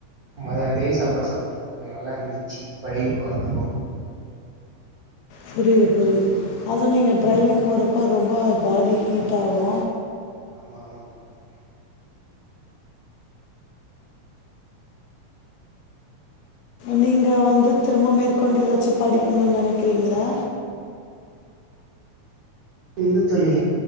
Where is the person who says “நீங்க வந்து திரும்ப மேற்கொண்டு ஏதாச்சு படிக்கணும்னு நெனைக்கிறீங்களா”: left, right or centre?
Left